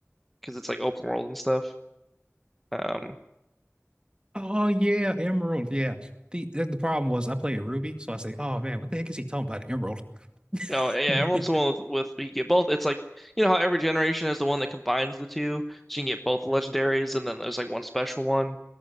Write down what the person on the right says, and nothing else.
Oh yeah, Emerald. Yeah. The the problem was I played Ruby, so I say, oh man, what the heck is he talking about? Emerald.
<laughs> hmm